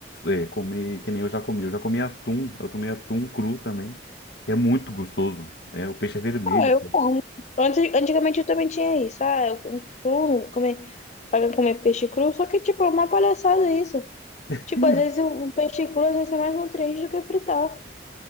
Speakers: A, on the left; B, on the left.
A: é, comer, que nem eu já comi, eu já comi atum, eu tomei atum cru também, que é muito gostoso, é, o peixe é vermelho.
B: Ah, eu como. Antes, antigamente eu também tinha isso. Ah, eu como cru, comer, pra comer peixe cru. Só que, tipo, é uma palhaçada isso.
A: <laughs>
B: Tipo, às vezes o o peixe cru às vezes é mais nutriente do que fritar.